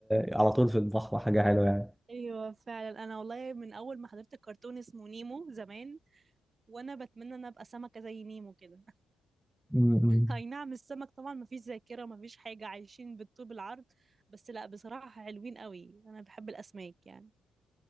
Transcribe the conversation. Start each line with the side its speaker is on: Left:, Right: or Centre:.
Centre: آه، على طول في البحر حاجة حلوة يعني
Right: ايوه فعلا انا والله من اول ما حضرت الكرتون اسمه نيمو زمان وانا بتمنى ان أنا ابقى سمكة زي نيمو كده
Centre: أمم.
Right: اي نعم السمك طبعا مفيش ذاكرة مفيش حاجة عايشين بالطوب العرض بس لا بصراحة حلوين قوي انا بحب الاسماك يعني